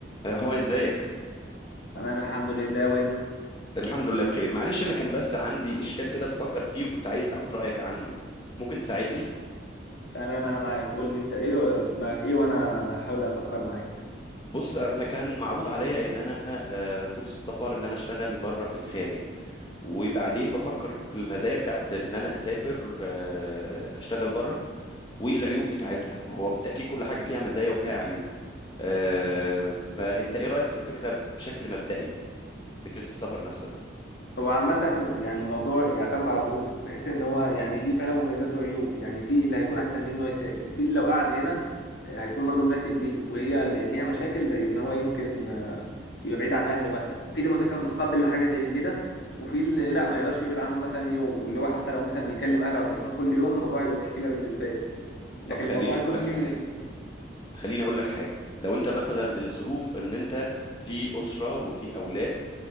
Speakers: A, on the left (about 25°); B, on the left (about 65°).
A: آه، هاي ازيك
B: تمام الحمد لله وانت
A: الحمد لله بخير معلش انا كان بس عندي اشكال كده بفكر فيه وكنت عايز اخد رايك عنه ممكن تساعدني
B: تمام انا معاك قول لي انت ايه في دماغك ايه وانا هحاول افكر معاك
A: بص انا كان معروض عليا ان انا آه، فرصه سفر ان انا اشتغل بره في الخارج وبعدين بفكر في المزايا بتاعت ان انا اسافر آه، اشتغل بره والعيوب بتاعتها ما هو بالتاكيد كل حاجه فيها مزايا وفيها عيوب آه، فانت ايه رايك في الفكره بشكل مبدئي فكره السفر نفسها
B: هو عامة يعني الموضوع يعتمد على ظروفك بحيث ان هو يعني ليه فعلا مميزات وعيوب يعني في اللي هيكون احسن ليه ان هو يسافر وفي اللي لو قعد هنا هيكون برضه مناسب ليه وهي ل- ليها مشاكل زي ان هو يمكن آه، يبقى بعيد عن اهله مثلا في اللي متك- متقبل لحاجة زي كده وفي اللي لا ما يقدرش يبعد عنهم مثلا يوم واللي هو حتى لو مثلا بيكلم اهله على التليفون كل يوم الموضوع هيبقى مشكلة بالنسبة له لكن
A: طب خليني
B: الموضوع
A: اقول
B: هيكون
A: لك حاجه
B: ليه
A: خليني اقول لك حاجه لو انت مثلا الظروف ان انت في اسره وفي اولاد